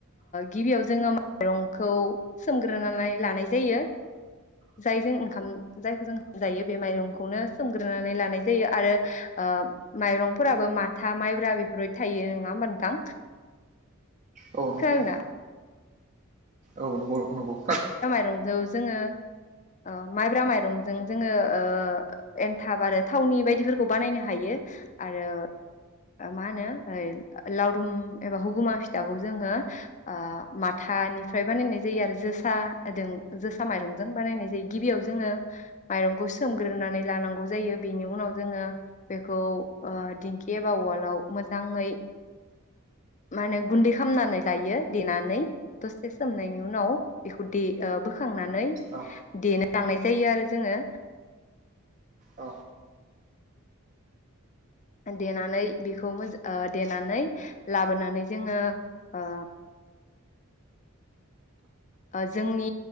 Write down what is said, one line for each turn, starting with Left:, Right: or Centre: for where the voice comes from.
Left: गिबियाव जोङो माइरंखौ सोमग्रोनानै लानाय जायो जायजों ओंखाम जायखौ जों जायो बे माइरंखौनो सोमग्रोनानै लानाय जायो आरो ओ माइरंफोराबो माथा माइब्रा बेफोरबायदि थायो नोङा ओमबा नोंथां?
Right: औ नंगौ।
Left: खोनादोंना
Right: औ नंगौ नंगौ।
Left: जों जौ जोङो ओ माइब्रा माइरंजों जोङो ओ एनथाब आरो थावनि बायदिफोरखौ बानायनो हायो आरो मा नो लावदुम एबा हुगुमा फिथाखौ जोङो ओ माथानि फ्राय बानायनाय जायो आरो जोसादों जोसा माइरंजों बानायनाय जायो गिबियाव जोङो माइरंखौ सोमग्रोनानै लानांगौ जायो बेनि उनाव जोङो बेखौ ओ दिंखि एबा उवालाव मोजाङै माने गुन्दै खामनानै लायो देनानै दस- सोमनायनि उनाव बेखौ दे ओ बोखांना नै
Right: औ
Left: देन लांनाय जायो आरो जोङो
Right: औ
Left: देनानै बेखौ मोज अ देनानै लाबोनानै जोङो ओ अ जोंनि